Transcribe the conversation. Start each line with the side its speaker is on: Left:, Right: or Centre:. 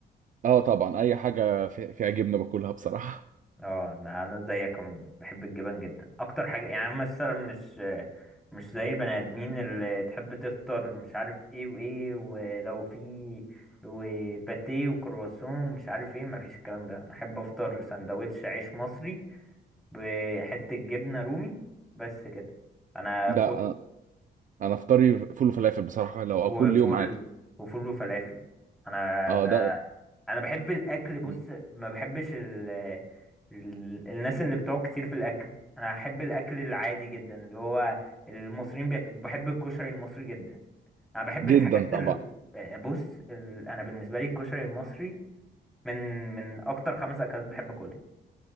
Right: اه طبعا اي حاجة في- فيها جبنة باكلها بصراحة
Centre: اه انا أنا زيك عموما بحب الجبن جدا اكتر حاجه يعني مثلا مش مش زي البني ادمين اللي تحب تفطر مش عارف ايه وايه ولو في وباتيه وكرواسون مش عارف ايه مفيش الكلام ده انا احب افطر سندوتش عيش مصري بحته جبنه رومي بس كده انا
Right: لا انا انا افطاري فول وفلافل بصراحة لو
Centre: وفول
Right: اكل يوم عادي
Centre: وفول وفلافل انا
Right: اه
Centre: ده
Right: ده
Centre: انا بحب الاكل بص
Right: م.
Centre: ما بحبش ال... ال... الناس اللي بتقعد كتير في الاكل انا احب الاكل العادي جدا اللي هو المصريين بيك... بحب الكشري المصري جدا انا بحب
Right: جدا
Centre: الحاجات
Right: طبعا
Centre: ال... بص ال... انا بالنسبه لي الكشري المصري من من اكتر خمس اكلات بحب اكلهم